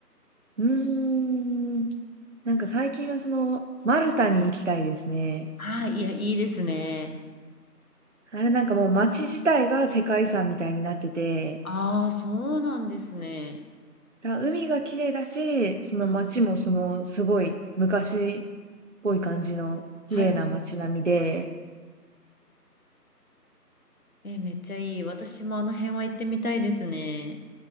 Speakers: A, on the right; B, on the left.
A: うーん。なんか最近はその、マルタに行きたいですね。
B: はい、いや、いいですね。
A: あれなんかもう街自体が世界遺産みたいになってて、
B: ああ、そうなんですね。
A: だから海が綺麗だし、その街もそのすごい昔っ
B: うん
A: ぽい感じの綺麗な街並みで、
B: はい。え、めっちゃいい。私もあの辺は行ってみたいですね。